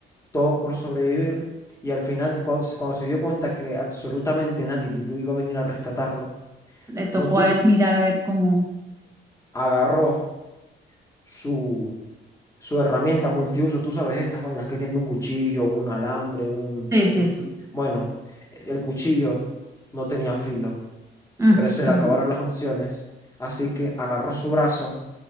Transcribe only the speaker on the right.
Le tocó
a él mirar a ver cómo.
Sí, sí.
Mm,
mm.